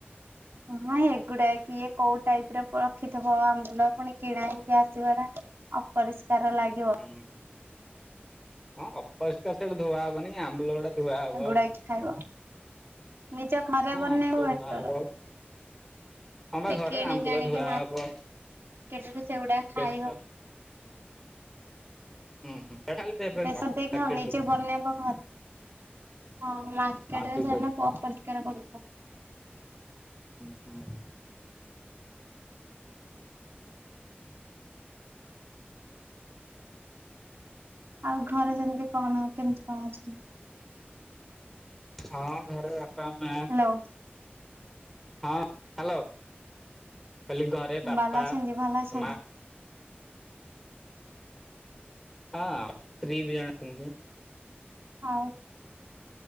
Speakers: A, on the right; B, in the centre.
A: ହଁ ଏଗୁଡା କିଏ କୋଉ ଟାଇପର ରଖିଥିବ ଆମ୍ବୁଲ ପୁଣି କିଣା ହେଇକି ଆସିବା ଟା ଅପରିଷ୍କାର ଲାଗିବ।
B: ହୁଁ ହଁ ଅପରିଷ୍କାର ସେଇଟା ଧୁଆ ହବନି ଆମ୍ବୁଲ ଗୁଡା ଧୁଆ ହବ
A: ଏଗୁଡା କି ଖାଇବ ନିଜ ଘରେ
B: ହଁ
A: ବନେଇବ
B: ଆମ୍ବୁଲ
A: ବେଟର
B: ଧୁଆ ହବ। ହଁବା ଘରେ
A: କିଣିକି
B: ଆମ୍ବୁଲ
A: ଆଣିକି
B: ଧୁଆ ହବ।
A: ମାର୍କେଟରୁ ସେଗୁଡା ଖାଇ
B: ବେଶ
A: ହବ
B: ହୁଁ ହୁଁ ସେ ଖାଲି ଦେବେ
A: ବେସର
B: ମାର୍କେଟ
A: ଦେଇକି ହଉ ନିଜେ
B: ଜିନିଷ
A: ବନେଇବ ଘରେ। ହଁ ମାର୍କେଟରେ
B: ଠିକ
A: ସେମାନେ
B: ଅଛି
A: ଅପରିଷ୍କାର କରୁ
B: ହୁଁ ହୁଁ ହୁଁ।
A: ଆଉ ଘରେ ସେମିତି କଣ କେମିତି କଣ ଅଛନ୍ତି?
B: ହଁ ଘରେ ବାପା ମାଆ
A: ହ୍ୟାଲୋ
B: ହଁ ହ୍ୟାଲୋ। କହିଲି ଘରେ ବାପା
A: ଭଲ ଅଛନ୍ତି ଭଲ ଅଛନ୍ତି
B: ମା ହଁ ସ୍ତ୍ରୀ ବି ଜଣେ ଅଛନ୍ତି।
A: ହଉ।